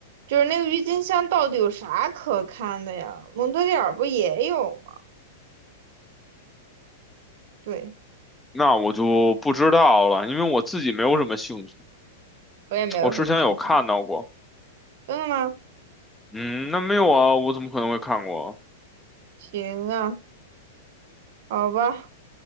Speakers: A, on the right (about 50°); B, in the centre.
A: 就是那个郁金香到底有啥可看的呀？蒙特利尔不也有吗？对，
B: 那我就不知道了，因为我自己没有什么兴趣。
A: 我也没有什么兴趣。
B: 我之前有看到过，
A: 真的吗？
B: 嗯，那没有啊，我怎么可能会看过啊？
A: 行啊，好吧，